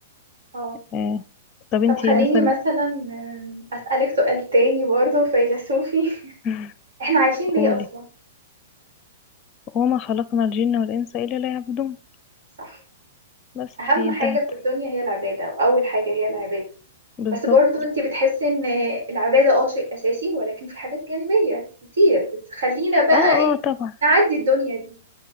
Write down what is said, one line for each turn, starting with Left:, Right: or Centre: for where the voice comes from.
Right: اه
Left: آه طب انتي
Right: طب اه خليني
Left: مثلا
Right: طبعا مثلا أم، اسالك سؤال تاني برضو فيلسوفي <laughs>
Left: <laughs>
Right: احنا عايشين ليه
Left: قولي
Right: اصلا
Left: وما خلقنا الجن والانس الا ليعبدون
Right: صح
Left: بس
Right: اهم
Left: هي انتهت
Right: حاجه في الدنيا هي العباده واول حاجه هي العباده
Left: بالظبط
Right: بس برضو انت بتحسي ان العبادة اه شيء اساسي ولكن في حاجات جانبية كتير بتخلينا بقى
Left: اه اه
Right: ايه
Left: طبعا
Right: نعدي الدنيا دي